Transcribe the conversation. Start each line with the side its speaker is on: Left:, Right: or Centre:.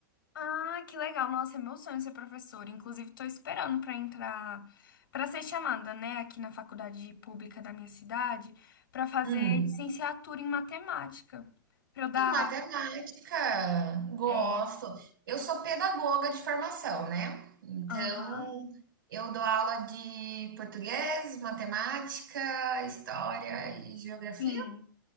Left: Ah, que legal. Nossa, é meu sonho ser professora. Inclusive, estou esperando para entrar, para ser chamada, né, aqui na faculdade pública da minha cidade, para fazer
Right: Hum.
Left: licenciatura em matemática. Para eu dar.
Right: E matemática, gosto.
Left: é,
Right: Eu sou pedagoga de formação, né? Então,
Left: Aham,
Right: eu dou aula de português, matemática, história e geografia.
Left: sim.